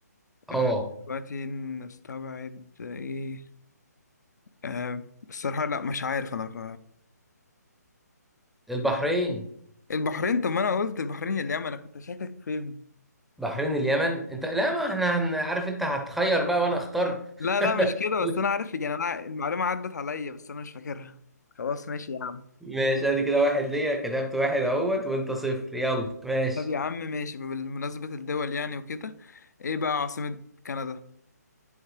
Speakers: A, in the centre; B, on the left (about 70°).
A: اه
B: آه، دلوقتي نستبعد ايه آه الصراحة لا مش عارف انا ف...
A: البحرين
B: البحرين طب ما انا قلت البحرين اليمن انا كنت شاكك فيهم
A: بحرين اليمن انت لا ما احنا هن... عارف انت هتخير بقى وانا اختار
B: لا
A: <laughs>
B: لا مش كده بس انا عارف يعني انا المعلومة عدت عليا بس انا مش فاكرها خلاص ماشي يا عم
A: ماشي ادي كده واحد ليا كتبت واحد اهوت وانت صفر يلا ماشي
B: طب يا عم ماشي بمناسبة الدول يعني وكده ايه بقى عاصمة كندا